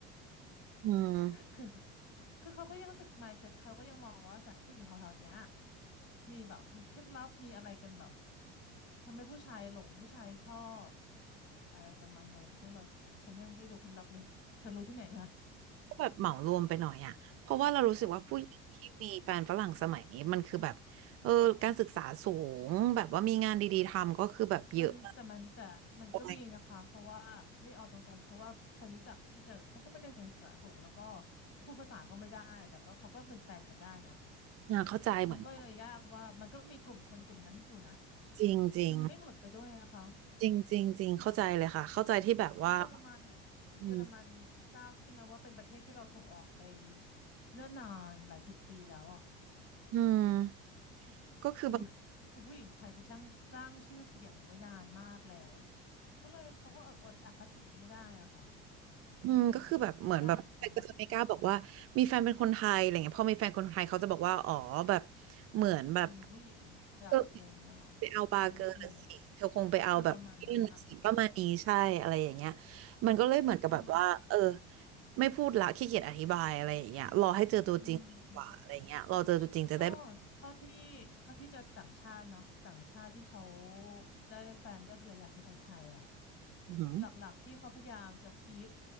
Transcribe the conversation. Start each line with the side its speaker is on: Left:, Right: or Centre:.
Right: อืม
Left: คือ คือเขาก็ยังรู้สึก mindset เขาก็ยังมองว่าแต่ผู้หญิงแถวๆเนี้ยมีแบบมีเคล็ดลับมีอะไรกันแบบทำให้ผู้ชายหลงผู้ชายชอบอะไรประมาณนั้นซึ่งแบบฉันยังไม่รู้เคล็ดลับเลยเธอรู้ที่ไหนมา
Right: ก็แบบเหมารวมไปหน่อยอะเพราะว่าเรารู้สึกว่าผู้หญิงที่มีแฟนฝรั่งสมัยนี้มันคือแบบเออการศึกษาสูงแบบว่ามีงานดีๆทำก็คือแบบเยอะมาก
Left: มันแต่มันแต่มันก็มีนะคะเพราะว่านี่เอาตรงๆเพราะว่าคนรู้จักที่เจอเขาก็ไม่ได้เรียภาษาสูงแล้วก็
Right: เลย
Left: พูดภาษาก็ไม่ได้แต่ก็เขาก็เป็นแฟนกันได้นะ
Right: อ่าเข้าใจเหมือน
Left: มันก็เลยยากว่ามันก็มีกลุ่มคนกลุ่มนั้นอยู่นะ
Right: จริงจริง
Left: มันยังไม่หมดไปด้วยนะคะ
Right: จริงจริงจริงเข้าใจเลยค่ะเข้าใจที่แบบว่า
Left: แล้วเยอรมันเนี่ยเยอรมันทราบใช่ไหมว่าเป็นประเทศที่เราส่งออกไป
Right: อืม
Left: เนิ่นนานหลายสิบปีแล้วอ่ะ
Right: อืมก็คือแบบ
Left: คือ <laughs> คือผู้หญิงไทยไปช่างสร้างชื่อเสียงไว้นานมากแล้วก็เลยเขาก็อดอคติไม่ได้อ่ะค่ะ
Right: อืมก็คือแบบเหมือนแบบแต่ก็จะไม่กล้าบอกว่ามีแฟนเป็นคนไทยอะไรเงี้ยพอมีแฟนคนไทยเขาจะบอกว่าอ๋อแบบ
Left: ยากเหมือนกัน
Right: เหมือนแบบ
Left: เป็นผู้หญิงมาจับอะไรอย่างเงี้ยเหรอ
Right: เธอไปเอาบาร์เกอร์ละสิเธอคงไปเอาแบบยั่นละสิประมาณนี้ใช่อะไรอย่างเงี้ย
Left: ดูไม่ดีนะเออประมาณนั้นนะ
Right: มันก็เลยเหมือนกับแบบว่าเออ
Left: อืม
Right: ไม่พูดละขี้เกียจอธิบายอะไรอย่างเงี้ยรอให้เจอตัวจริงดีกว่าอะไรเงี้ยรอเจอตัวจริงจะได้แบบ
Left: อืมก็เท่าที่เท่าที่เจะต่างชาติเนาะต่างชาติที่เขาได้แฟนได้ภรรยาเป็นคนไทยอ่ะ
Right: อือหือ
Left: หลักๆที่เขาพยายามจะคีป